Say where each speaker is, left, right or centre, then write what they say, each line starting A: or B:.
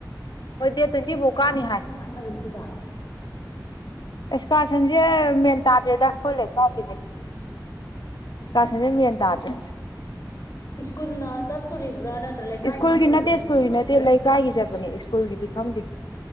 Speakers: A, on the left; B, on the left.
A: ꯗꯦꯠ ꯇ꯭ꯋꯦꯟꯇꯤꯐꯧ
B: ꯃꯣꯏ ꯑꯦꯁꯀꯔꯁꯟꯖꯤꯅ
A: ꯀꯥꯅꯤ ꯍꯥꯏ
B: ꯀꯔꯝ ꯀꯥꯟ ꯇꯧꯔꯛꯇꯣꯢꯕ
A: ꯑꯦꯛꯁꯀꯥꯔꯁꯟꯖꯦ ꯃꯦꯟ ꯇꯥꯗꯦꯗꯥ ꯈꯣꯏ ꯂꯩꯀꯥꯎꯖꯤꯗꯤ ꯏꯁꯀꯥꯔꯁꯟꯖꯦ ꯃꯦꯟꯇꯗ꯭ꯔꯦ
B: ꯏꯁ꯭ꯀꯨꯜꯅ ꯆꯠꯇꯣꯔꯤꯕ꯭ꯔꯥ ꯅꯠꯇ꯭ꯔ ꯂꯩꯀꯥꯏꯅ
A: ꯁ꯭ꯀꯨꯜꯒꯤ
B: ꯆꯠꯇꯣꯔꯤꯕꯥ
A: ꯅꯠꯇꯦ
B: ꯀꯩꯅꯣ
A: ꯁ꯭ꯀꯨꯜꯒꯤ
B: ꯍꯥꯢꯖꯤꯕꯣ
A: ꯅꯠꯇꯦ ꯂꯩꯀꯥꯏꯒꯤ ꯆꯠꯄꯅꯦ ꯁ꯭ꯀꯨꯜꯒꯤꯗꯤ ꯈꯪꯗꯦ